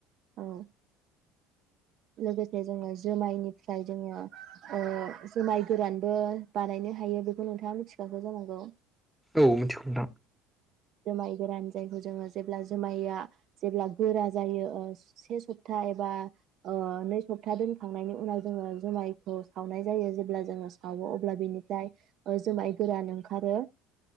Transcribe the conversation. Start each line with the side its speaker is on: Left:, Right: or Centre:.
Right: औ। लोगोसे जोङो जुमायनिफ्राय जोङो ओ जुमाय गोरानबो बानायनो हायो बेखौ नोंथाङा मिथिखाखौ जानांगौ।
Centre: औ मिथिगौ नोंथां।
Right: जुमाय गोरान जायखौ जोङो जेब्ला जुमाइया जेब्ला गोरा जायो ओ से सप्ता एबा ओ नै सप्ता दोनखांनायनि उनाव जोङो जुमायखौ सावनाय जायो जेब्ला जोङो सावो अब्ला बिनि जाय ओ जुमाय गोरान ओंखारो।